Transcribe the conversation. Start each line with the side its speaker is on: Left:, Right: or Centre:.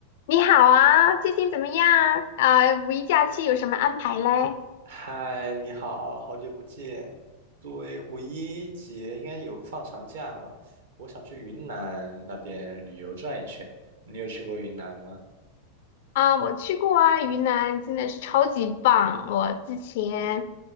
Left: 你好啊，最近怎么样？啊、五一假期有什么安排嘞？
Right: 嗨，你好，好久不见。对，五一节应该有放长假嘛？我想去云南那边旅游转一圈。你有去过云南吗？
Left: 啊，我去过啊，云南真的是超级棒。我之前